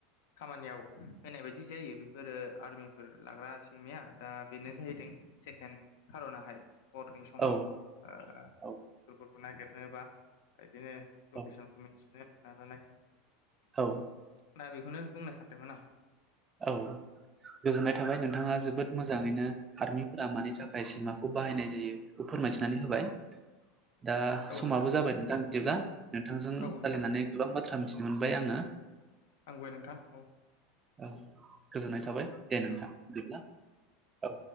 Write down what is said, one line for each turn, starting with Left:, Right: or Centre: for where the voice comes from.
Left: खामानियाव होनाय बायदि जायो बेफोरो आर्मिफोर लाग्रा सैमाया दा बेनो जाहैदों सेकेन्ड खारनाहाय मरनिं समाव
Right: औ
Left: ओ
Right: औ
Left: गफोरखौ <inaudible> नागिरनोबा बिदिनो लकेसनखौ
Right: औ
Left: मिन्थिनो नाजानाय
Right: औ ओ
Left: दा बेखौनो बुंनो सानदोंमोन आं
Right: औ गोजोननाय थाबाय नोंथाङा जोबोर मोजाङैनो आर्मि फोरा मानि थाखाय सैमाखौ बाहायनाय जायो बेखौ फोरमायथिनानै होबाय दा
Left: औ
Right: समाबो
Left: नोंथां
Right: जाबाय नोंथां बिदिब्ला नोंथांजों रायजलायनानै
Left: औ नोंथां
Right: गोबां बाथ्रा मिथिनोमोन बाय आङो
Left: आंगौय <inaudible> नोंथां औ
Right: औ गोजोननाय थाबाय दे नोंथां बिदिब्ला औ